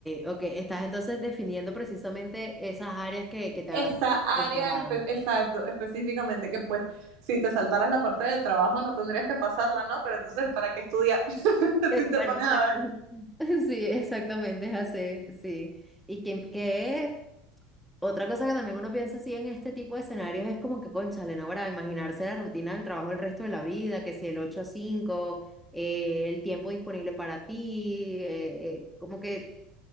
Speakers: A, in the centre; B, on the right.
A: ok. Estás entonces definiendo precisamente esas áreas que, que te
B: Esa
A: agradan.
B: área,
A: que te agradan.
B: espe- exacto, específicamente, que pues si te saltaras la parte del trabajo no tendrías que pasarla, ¿no? Pero entonces, ¿para qué estudiar? <laughs>
A: Eh,
B: Si te
A: Claro,
B: pones
A: exacto.
B: a ver.
A: <laughs> Sí, exactamente, es así, sí. Y que, que otra cosa que también uno piensa así en este tipo de escenarios es como que, cónchale, no, ahora imaginarse la rutina del trabajo el resto de la vida, que si el 8 a 5 eh, el tiempo disponible para ti, eh, eh, como que